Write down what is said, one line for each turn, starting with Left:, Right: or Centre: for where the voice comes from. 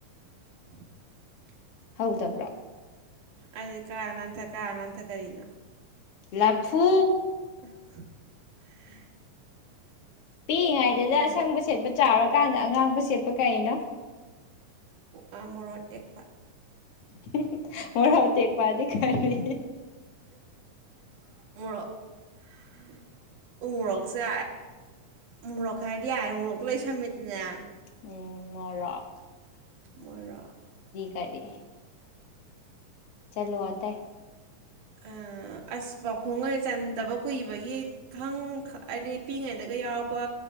Right: <unintelligible>
Left: ꯍꯧꯗꯕ꯭ꯔꯣ?
Right: ꯑꯩꯗꯤ ꯀꯥꯔ ꯅꯥꯟꯊ ꯀꯥꯔ ꯅꯥꯟꯊ ꯀꯔꯤꯅꯣ?
Left: ꯂꯐꯨ꯫
Right: <unintelligible>
Left: ꯄꯤꯛꯏꯉꯥꯢꯗꯗ
Right: ꯄꯥꯈꯣꯡ
Left: ꯑꯁꯪꯕ ꯁꯦꯠꯄ ꯆꯥꯎꯔꯀꯥꯟꯗ ꯑꯉꯥꯡꯕ ꯁꯦꯠꯄ ꯀꯔꯤꯅꯣ?
Right: ꯎ ꯑꯥ ꯃꯔꯣ ꯑꯇꯦꯛ
Left: <unintelligible> ꯃꯣꯔꯣꯛ ꯑꯇꯦꯛꯄꯗꯤ ꯈꯔꯤ?
Right: ꯃꯨꯔꯣꯛ <inaudible> ꯎ ꯃꯨꯔꯣꯛꯁꯦ ꯃꯨꯔꯣꯛ ꯍꯥꯏꯔꯗꯤ ꯌꯥꯔꯦ ꯃꯨꯔꯣꯛꯇ ꯂꯣꯢ ꯁꯝꯃꯦꯗꯅꯥ꯫
Left: ꯎꯝ ꯃꯔꯥꯛ
Right: ꯃꯣꯏꯔꯥꯛ
Left: ꯇꯔꯤ ꯆꯜꯂ‌ꯣ ꯑꯥꯇꯥ
Right: ꯑ ꯑꯁ ꯄꯥꯎꯈꯣꯡꯒ ꯆꯟꯗꯕ ꯀꯨꯏꯕꯒꯤ ꯈꯪ ꯍꯥꯏꯗꯤ ꯄꯤꯛꯏꯉꯩꯗꯒ ꯌꯥꯎꯔꯛꯄ